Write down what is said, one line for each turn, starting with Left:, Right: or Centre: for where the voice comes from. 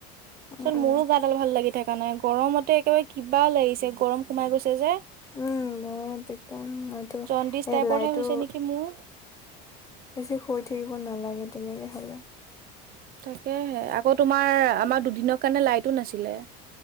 Left: উম
Right: পিছত
Left: উম
Right: মোৰো গাদাল ভাল লাগি থকা নাই, গৰমতে একেবাৰে কিবা লাগিছে, গৰম সোমাই গৈছে যে।
Left: উম, বহুত একদম ম
Right: জণ্ডিচ
Left: এই
Right: টাইপৰহে
Left: লাইটো
Right: হৈছে নেকি মোৰ
Left: বেছি শুই থাকিব নালাগে। তেনেকৈ হ'লে
Right: তাকেহে, আকৌ তোমাৰ আমাৰ দুদিনৰ কাৰণে লাইটো নাছিলে।